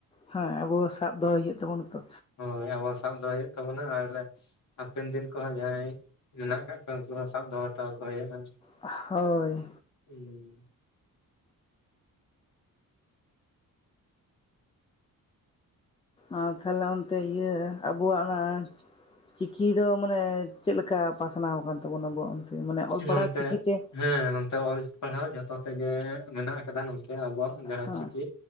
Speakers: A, on the left; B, on the left.
A: ᱦᱮᱸ ᱟᱵᱚ ᱥᱟᱵᱽ ᱫᱚᱦᱚᱭ ᱦᱩᱭᱩᱜ ᱛᱟᱵᱚᱱᱟ ᱛᱚ
B: ᱦᱳᱭ ᱟᱵᱚ ᱥᱟᱵᱽ ᱫᱚᱦᱚᱭ ᱦᱩᱭᱩᱜ ᱛᱟᱵᱚᱱᱟ ᱟᱨ ᱦᱟᱯᱮᱱ ᱫᱤᱱ ᱠᱚᱦᱚᱸ ᱡᱟᱦᱟᱸᱭ ᱢᱮᱱᱟᱜ ᱠᱟᱜ ᱠᱚᱣᱟ ᱩᱱᱠᱩ ᱦᱚᱸ ᱥᱟᱵᱽ ᱫᱚᱦᱚ ᱦᱚᱴᱚᱣᱟᱠᱚ ᱦᱩᱭᱩᱜᱼᱟ᱾
A: ᱦᱳᱭ
B: ᱦᱩᱸ
A: ᱟᱨ ᱛᱟᱦᱚᱞᱮ ᱚᱱᱛᱮ ᱤᱭᱟᱹ ᱟᱵᱚᱣᱟᱜ ᱚᱱᱟ ᱪᱤᱠᱤ ᱫᱚ ᱢᱟᱱᱮ ᱪᱮᱫᱞᱮᱠᱟ ᱯᱟᱥᱱᱟᱣ ᱟᱠᱟᱱ ᱛᱟᱵᱚᱱᱟ ᱟᱵᱚᱣᱟᱜ ᱚᱱᱛᱮ ᱢᱟᱱᱮ ᱚᱞ ᱯᱟᱲᱦᱟᱣ
B: ᱱᱚᱱᱛᱮ
A: ᱪᱤᱠᱤ ᱛᱮ
B: ᱦᱮᱸ ᱱᱚᱛᱮ ᱚᱞ ᱯᱟᱲᱦᱟᱣ ᱡᱷᱚᱛᱚ ᱛᱮᱜᱮ ᱢᱮᱱᱟᱜ ᱟᱠᱟᱫᱟ ᱱᱚ ᱟᱵᱚᱣᱟᱜ ᱡᱟᱦᱟᱸ
A: ᱦᱮᱸ
B: ᱪᱤᱠᱤ